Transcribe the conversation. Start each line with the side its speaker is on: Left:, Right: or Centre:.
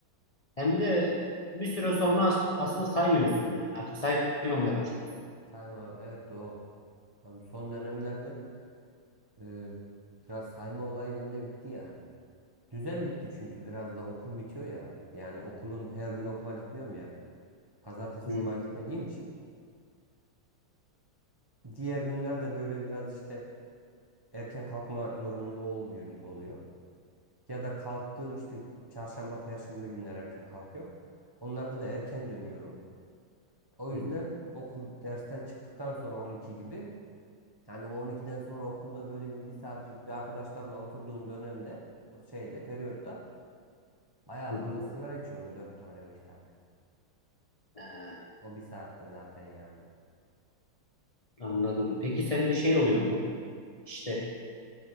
Left: Hem de bir süre sonra as- aslında saymıyorsun yani. Artık saymamaya başlıyorsun.
Right: Sayma Evet doğru. Ya bu son dönemlerde e, biraz sayma olayı bende bitti yani. Düzen bitti çünkü biraz da okul bitiyor ya. Yani okulun her gün okula gitmiyorum ya. Pazartesi,
Left: Hı
Right: cuma gitmediğim için Diğer günlerde böyle biraz işte erken kalkma zorunluluğu olmuyor gibi oluyor. Ya da kalktığım işte çarşamba, perşembe günler erken kalkıyorum. Onlarda da erken dönüyorum. O yüzden
Left: hı hı.
Right: okul dersten çıktıktan sonra 12 gibi yani o 12'den sonra okulda böyle bir, bir saatlik bir arkadaşlarla oturduğum dönemde o şeyde periyotta bayağı
Left: hı.
Right: fazla sigara içiyorum 4 tane 5 tane.
Left: Ha,
Right: O bir saatte zaten yani.
Left: anladım. Peki sende şey oluyor mu? İşte.